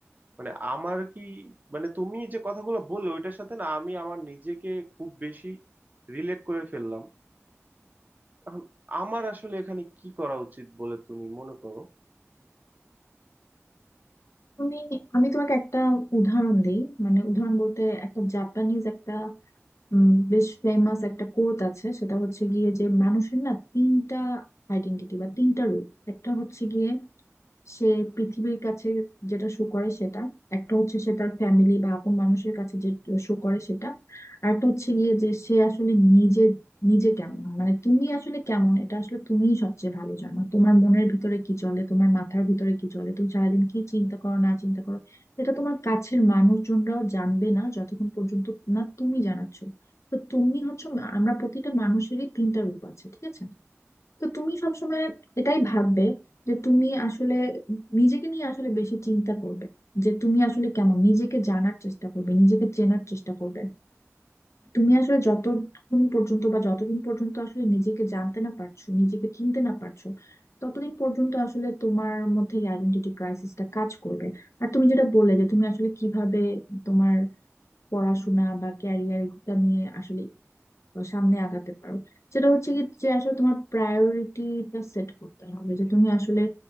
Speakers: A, on the right; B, on the left.
A: মানে আমার কি মানে তুমি যে কথাগুলো বললে ওইটার সাথে না আমি আমার নিজেকে খুব বেশি রিলেট করে ফেললাম কারণ আমার আসলে এখানে কি করা উচিত বলে তুমি মনে করো
B: তুমি আমি তোমাকে একটা উদাহরণ দিই মানে উদাহরণ বলতে একটা জাপানিজ একটা উম, বেশ ফেমাস একটা কোট আছে সেটা হচ্ছে গিয়ে যে মানুষের না তিনটা আইডেন্টিটি বা তিনটা রূপ একটা হচ্ছে গিয়ে সে পৃথিবীর কাছে যেটা শো করে সেটা একটা হচ্ছে সে তার ফ্যামিলি বা আপন মানুষের কাছে যে শো করে সেটা আর একটা হচ্ছে গিয়ে যে সে আসলে নিজে নিজে কেমন মানে তুমি আসলে কেমন এটা আসলে তুমিই সবচেয়ে ভালো জানো তোমার মনের ভিতরে কি চলে তোমার মাথার ভিতরে কি চলে তুমি সারাদিন কি চিন্তা করো না চিন্তা করো এটা তোমার কাছের মানুষজনরাও জানবে না যতক্ষণ পর্যন্ত না তুমি জানাচ্ছ তো তুমি হচ্ছে আমরা প্রতিটা মানুষেরই তিনটা রূপ আছে ঠিক আছে তো তুমি সবসময় এটাই ভাববে যে তুমি আসলে নিজেকে নিয়ে আসলে বেশি চিন্তা করবে যে তুমি আসলে কেমন নিজেকে জানার চেষ্টা করবে নিজেকে চেনার চেষ্টা করবে তুমি আসলে যতক্ষণ পর্যন্ত বা যতদিন পর্যন্ত আসলে নিজেকে জানতে না পারছো নিজেকে চিনতে না পারছো ততদিন পর্যন্ত আসলে তোমার মধ্যে আইডেন্টিটি ক্রাইসিসটা কাজ করবে আর তুমি যেটা বললে যে তুমি আসলে কিভাবে তোমার পড়াশোনা বা ক্যারিয়ার এটা নিয়ে আসলে সামনে আগাতে পারো সেটা হচ্ছে কি যে আসলে তোমার প্রায়োরিটিটা সেট করতে হবে যে তুমি আসলে